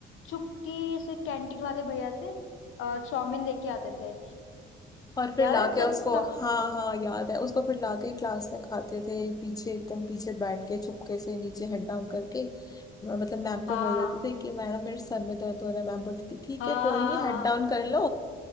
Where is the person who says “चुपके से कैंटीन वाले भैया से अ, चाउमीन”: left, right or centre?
Left